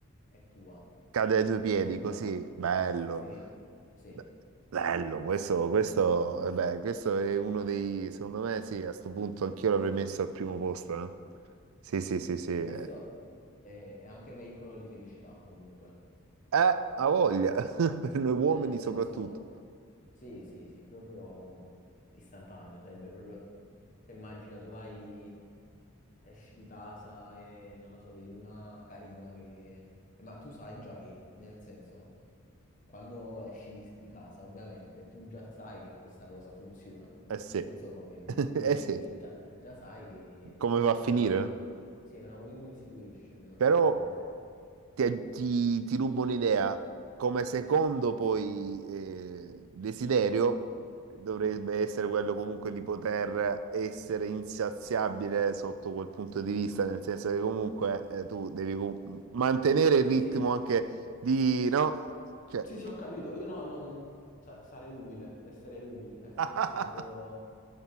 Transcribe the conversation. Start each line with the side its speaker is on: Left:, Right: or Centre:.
Left: è tua.
Right: cade ai tuoi piedi
Left: Istantaneo.
Right: così, bello.
Left: Sì, sì.
Right: Be- Bello, questo, questo, eh beh, questo è uno dei, secondo me sì, a sto punto anch'io l'avrei messo al primo posto. eh. Sì, sì, sì, sì.
Left: Sì,
Right: Eh,
Left: questo è, è anche veicolo di felicità comunque.
Right: Eh, ha voglia, <laughs> per noi uomini
Left: Cioè, nel senso,
Right: soprattutto.
Left: sì, sì, sì, proprio istantaneo. Sarebbe proprio, cioè, immagina tu vai esci di casa e non lo so, vedi una carina che... Ma tu sai già che, nel senso, quando esci di, di casa, ovviamente, tu già sai che questa cosa funziona.
Right: Eh sì,
Left: Non so come dire,
Right: <laughs>
Left: quindi
Right: eh sì,
Left: già, già sai che
Right: come va a
Left: è
Right: finire?
Left: una,
Right: no?
Left: sì, è una win-win situation.
Right: Però...
Left: Eh,
Right: ti, ti- ti rubo un'idea. Come secondo poi eh, desiderio dovrebbe essere quello comunque di poter essere insaziabile sotto quel punto di vista, nel senso che comunque eh, tu devi com- mantenere il
Left: sì,
Right: ritmo
Left: sì,
Right: anche di, no? Cioè...
Left: sì, sì, ho capito. Io no, non sa- sarei umile, resterei umile, nel senso
Right: <laughs>
Left: dico.